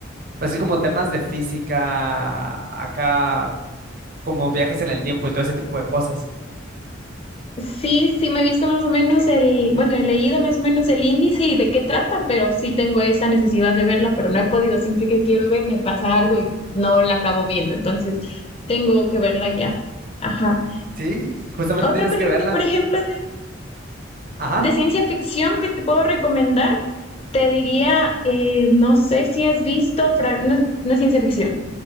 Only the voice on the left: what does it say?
Sí, sí me he visto más o menos el, bueno, he leído más o menos el índice y de qué trata, pero sí tengo esa necesidad de verla, pero no he podido, siempre que quiero ver me pasa algo y no la acabo viendo, entonces tengo que verla ya. Ajá.
Otra
película,
por ejemplo, de
de ciencia ficción que te puedo recomendar, te diría, eh, no sé si has visto, no, no, es ciencia ficción,